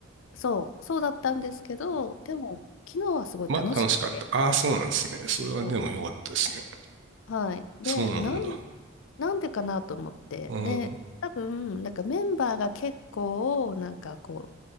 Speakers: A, on the left; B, on the right.
A: そう、そうだったんですけど、でも、昨日はすごい楽しくて、
B: まあ、楽しかった。ああ、そうなんですね。それはでも良かったですね。
A: そうはい。で、
B: そうなんだ。
A: なん、なんでかなと思って、
B: うん。
A: で、多分、なんかメンバーが結構、なんかこ